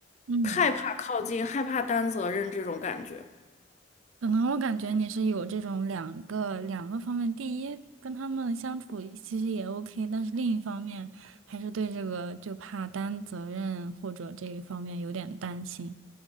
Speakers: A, on the right; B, on the left.
A: 嗯。
B: 害怕靠近、害怕担责任这种感觉。
A: 可能我感觉你是有这种两个两个方面，第一，跟他们相处其实也 OK，但是另一方面还是对这个就怕担责任或者这一方面有点担心。